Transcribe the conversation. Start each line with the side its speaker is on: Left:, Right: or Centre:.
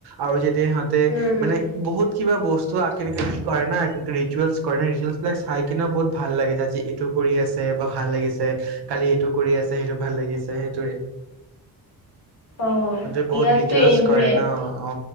Right: আৰু যে দে হাতে
Left: উম,
Right: মানে বহুত কিবা বস্তু চোৱা কেনেকে কি কৰে না কিন্তু ৰিচুৱেলছ কৰে ন ৰিচুৱেলছ বিলাক চাই কিনেও বহুত ভাল লাগিছে আজি এইটো কৰি আছে বা ভাল লাগিছে কালি এইটো কৰি আছে সেইটো ভাল লাগিছে সেইটোৱে।
Left: অ',
Right: সিহঁতে বহুত
Left: বিয়াততো
Right: ৰিচুৱেলছ
Left: এইবোৰে
Right: কৰে ন অ